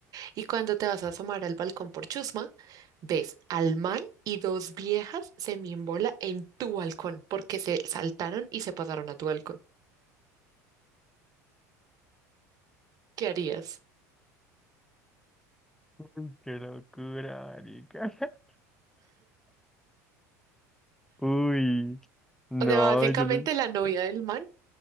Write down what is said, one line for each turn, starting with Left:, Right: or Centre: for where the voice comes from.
Right: Y cuando te vas a asomar al balcón por chusma, ves al man y dos viejas se en tu balcón porque se saltaron y se pasaron a tu balcón. ¿Qué harías?
Centre: Uy, qué locura, marica. <laughs> Uy, no,
Right: O sea, básicamente
Centre: yo le...
Right: la novia del man